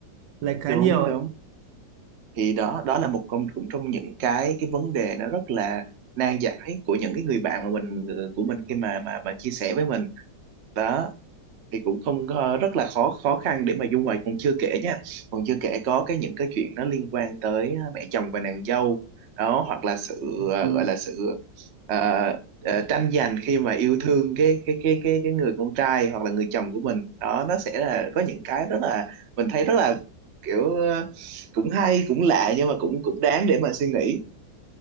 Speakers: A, on the right; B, on the right.
A: lệch khá
B: đúng
A: nhiều ấy.
B: đúng thì đó đó là một công cũng trong những cái cái vấn đề nó rất là nan giải của những cái người bạn mà mình ờ, của mình khi mà mà mà chia sẻ với mình đó thì cũng không có- rất là khó khó khăn để mà dung ngoại còn chưa kể nha còn chưa kể có cái những cái chuyện nó liên quan tới à, mẹ chồng và nàng dâu đó hoặc là sự ờ,
A: Ừ.
B: gọi là sự ờ, ờ, tranh giành khi mà yêu thương cái cái cái cái cái người con trai hoặc là người chồng của mình đó nó sẽ là có những cái rất là mình thấy rất là kiểu ờ, cũng hay cũng lạ nhưng mà cũng cũng đáng để mà suy nghĩ